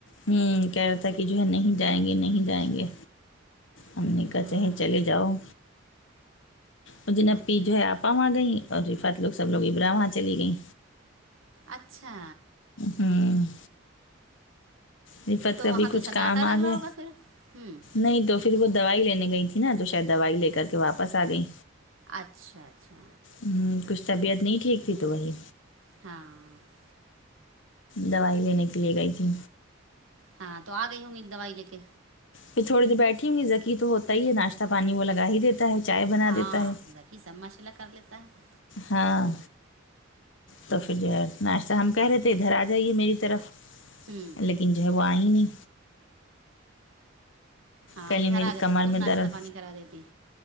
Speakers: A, on the left; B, on the right.
A: ہمم کہہ رہا تھا کہ جو ہے نہیں جائیں گے نہیں جائیں گے ہم نے کہا
B: ہاں
A: چہے چلے جاؤ وہ جنب پی جو ہے آپا وہاں گئیں اور رفت لوگ سب لوگ ابرا وہاں چلی گئیں
B: اچھا
A: ہمم رفت
B: تو
A: کا
B: وہاں
A: بھی کچھ
B: تو سناٹا
A: کام آ
B: لگ
A: گیا
B: رہا ہوگا پھر ہوں
A: نہیں تو فر وہ دوائی لینے گئی تھیں نہ تو شاید دوائی لے کر کے واپس آ گئیں
B: اچھا اچھا
A: ہمم کچھ طبیعت نہیں ٹھیک تھی تو وہی
B: ہاں
A: دوائی لینے کے لیے گئی تھی
B: ہاں تو آ گئی ہوں گی دوائی لے کے
A: پھر تھوڑی دیر بیٹھی گی ذکی تو ہوتا ہی ہے ناشتہ پانی وہ لگا ہی دیتے ہے چائے بنا
B: ہاں
A: دیتا ہے
B: ذکی سب ماشاء اللہ کر لیتا ہے
A: ہاں تو پھر جو ہے ناشتہ ہم کہہ رہے تھے ادھر آ جائیے میری طرف
B: ہوں
A: لیکن جو ہے وہ آئ ہی نہیں
B: ہاں
A: کہنے
B: ادھر
A: میری
B: آ جاتی
A: کمر
B: تم
A: میں
B: ناشتہ
A: درد
B: پانی کرا دیتی